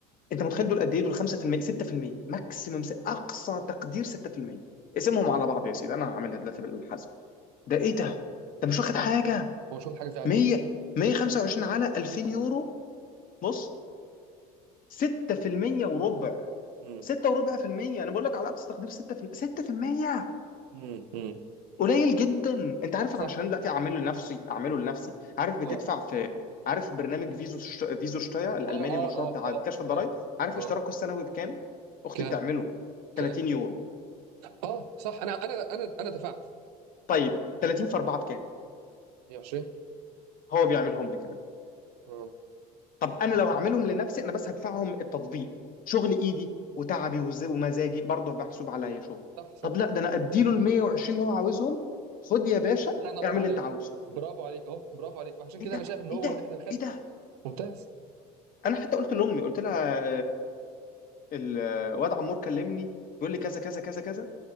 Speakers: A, on the left; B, on the right.
A: انت متخيل دول قد ايه دول 5% 6% ماكسيمم اقصى تقدير 6% اقسمهم على بعض يا سيدي انا هعملها دلوقتي بالحسب ده ايه ده ده مش واخد حاجه
B: هو مش واخد حاجه فعلا
A: 100 125 على 2000 يورو بص 6% وربع
B: امم
A: 6 وربع في المية انا بقول لك على اقصى تقدير 6% 6%
B: امم
A: قليل جدا انت عارف
B: صح صح
A: علشان دلوقتي اعمله لنفسي اعمله لنفسي عارف بتدفع
B: اه
A: في عارف برنامج فيزو شت... فيزو شتايا الالماني
B: اه اه
A: المشهور
B: اه
A: بتاع
B: اه
A: كشف الضرائب عارف
B: اه
A: اشتراكه السنوي بكام اختي
B: ك
A: بتعمله
B: ك
A: 30 يورو
B: اه صح انا انا انا انا دفعت
A: طيب 30 في 4 بكام
B: 120
A: هو بيعملهم لي كمان
B: اه
A: طب انا لو هعملهم لنفسي انا بس هدفعهم التطبيق شغل ايدي وتعبي وز... ومزاجي برضه محسوب عليا شغل
B: صح صح
A: طب لا ده انا اديله ال 120 اللي هو عاوزهم خد يا باشا
B: الله ينور
A: اعمل
B: عليك
A: اللي انت عاوزه
B: برافو عليك اهو برافو عليك وعشان كده
A: ايه ده
B: انا شايف ان هو
A: ايه ده
B: ان احنا نخلي
A: ايه ده
B: ممتاز
A: انا حتى قلت لامي قلت لها الواد عمور كلمني بيقول لي كذا كذا كذا كذا